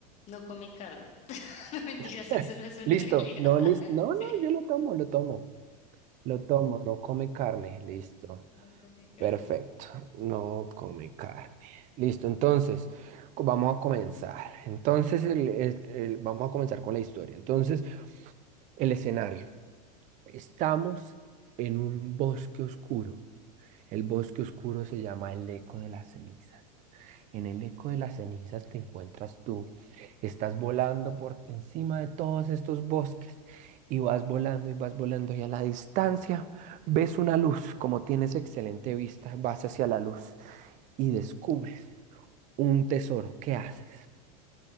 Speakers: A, on the left; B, on the right.
A: no come carne. <laughs> No mentiras,
B: <laughs>
A: eso no es una
B: Listo.
A: habilidad.
B: No, listo.
A: <laughs>
B: No, no,
A: ¿Sí?
B: yo lo tomo, lo tomo. Lo tomo, no come carne. Listo.
A: No come carne.
B: Perfecto, no come carne. Listo, entonces, co- vamos a comenzar. Entonces, el- el- el- vamos a comenzar con la historia. Entonces, el escenario. Estamos en un bosque oscuro. El bosque oscuro se llama el eco de las cenizas. En el eco de las cenizas te encuentras tú. Estás volando por encima de todos estos bosques y vas volando y vas volando y a la distancia ves una luz. Como tienes excelente vista, vas hacia la luz y descubres un tesoro. ¿Qué haces?